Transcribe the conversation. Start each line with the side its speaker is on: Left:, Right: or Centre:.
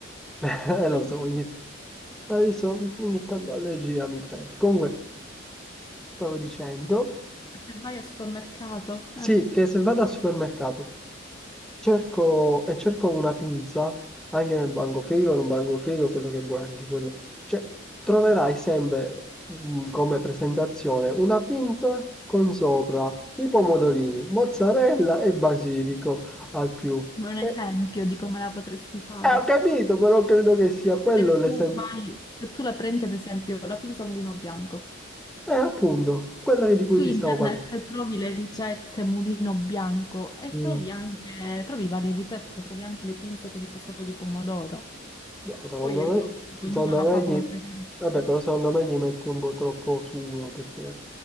Centre: <laughs> eh, lo
Left: Salute.
Centre: so, ogni, hai visto? ogni tanto allergia mi prende. Comunque, ti stavo dicendo,
Left: Se vai al supermercato,
Centre: sì,
Left: eh.
Centre: che se vado al supermercato Cerco e cerco una pinza anche nel bancofrigo, non bancofrigo, quello che vuoi, anche quello. Cioè, troverai sempre mm, come presentazione una pinza con sopra i pomodorini, mozzarella e basilico al più.
Left: È un
Centre: Eh,
Left: esempio di come la potresti fare.
Centre: eh, ho capito, però credo che sia quello
Left: Se
Centre: l'esempio.
Left: tu vai, se tu la prendi ad esempio la pinza a mulino bianco,
Centre: Eh, appunto, quello di cui
Left: su
Centre: ti
Left: internet
Centre: stavo parlando.
Left: trovi le ricette mulino bianco e
Centre: Mm.
Left: trovi anche, trovi varie ricette, trovi anche le pinze con il passato di pomodoro.
Centre: No, secondo
Left: Poi è
Centre: me,
Left: logico,
Centre: secondo
Left: ognuno la
Centre: me
Left: fa come
Centre: gli...
Left: preferisce.
Centre: Vabbè, però secondo me gli metti un po' troppo sugo, perché